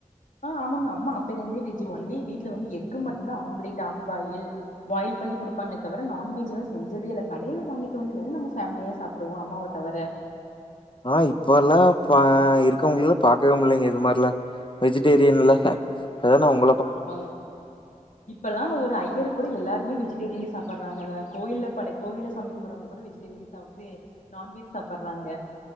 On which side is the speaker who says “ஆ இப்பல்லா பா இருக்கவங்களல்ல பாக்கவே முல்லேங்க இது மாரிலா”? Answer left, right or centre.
Left